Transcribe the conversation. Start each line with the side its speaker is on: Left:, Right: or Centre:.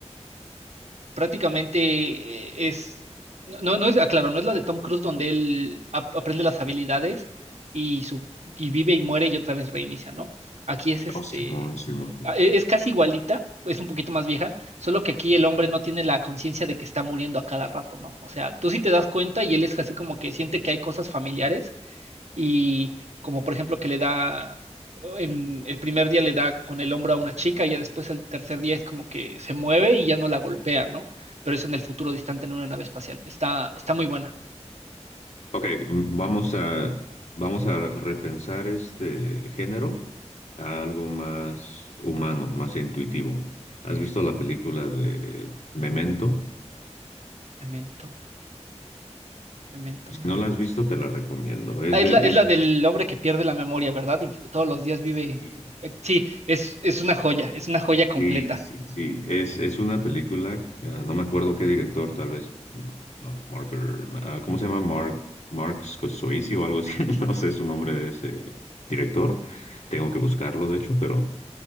Right: prácticamente eh, es, no, no es, aclaro, no es la de Tom Cruise donde él ap- aprende las habilidades y, su, y vive y muere y otra vez reinicia, ¿no? Aquí es este,
Left: Oh, Simón, Simón.
Right: a- e- es casi igualita, es un poquito más vieja, solo que aquí el hombre no tiene la conciencia de que está muriendo a cada rato, ¿no? O sea, tú sí te das cuenta y él es así como que siente que hay cosas familiares y como por ejemplo que le da, en el primer día le da con el hombro a una chica y ya después el tercer día es como que se mueve y ya no la golpea, ¿no? Pero es en el futuro distante en una nave espacial. Está, está muy buena.
Left: Ok, mm, vamos a, vamos a repensar este género a algo más humano, más intuitivo. ¿Has visto la película de Memento?
Right: Memento, memento, memento.
Left: Si no la has visto, te la recomiendo. Es
Right: Ah,
Left: de,
Right: Es la, es
Left: es,
Right: la del hombre que pierde la memoria, ¿verdad? Y todos los días vive.
Left: sí,
Right: eh, Sí, es, es una joya, es una joya completa.
Left: sí, sí, sí. Es, es una película, ah, no me acuerdo qué director, tal vez, mm, no, Marker, ah, ¿cómo se llama? Mark, Mark Scorsese o algo así, <laughs> no sé su nombre de ese director. Tengo que buscarlo, de hecho, pero...